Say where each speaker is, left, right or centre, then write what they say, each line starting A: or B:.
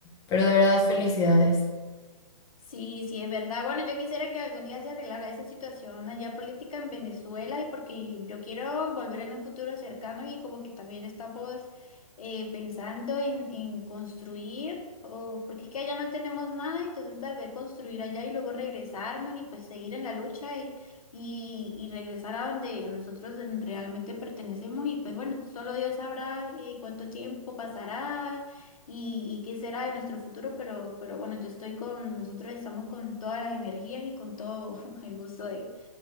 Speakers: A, on the left (about 20°); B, on the left (about 70°).
A: pero de verdad felicidades.
B: Sí, sí, es verdad. Bueno, yo quisiera que algún día se arreglara esa situación allá política en Venezuela y porque yo quiero volver en un futuro cercano y como que también estamos eh, pensando en, en construir, o porque es que allá no tenemos nada, entonces tal vez construir allá y luego regresarnos y pues seguir en la lucha y, y, y regresar a donde nosotros realmente pertenecemos y pues bueno, solo Dios sabrá eh, cuánto tiempo pasará y, y qué será de nuestro futuro, pero, pero bueno, yo estoy con, nosotros estamos con todas las energías y con todo <laughs> el gusto de,